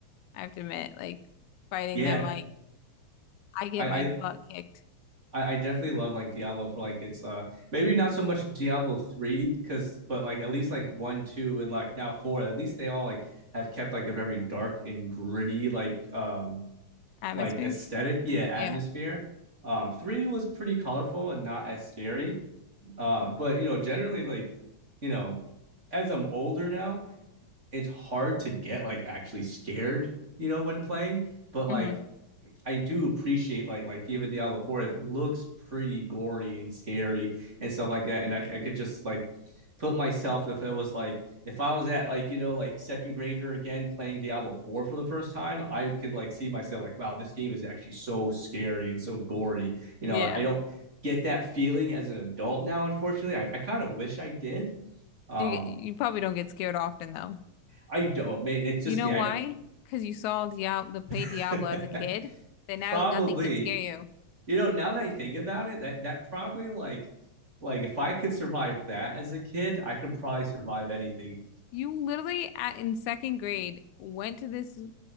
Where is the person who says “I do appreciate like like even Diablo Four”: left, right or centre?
Right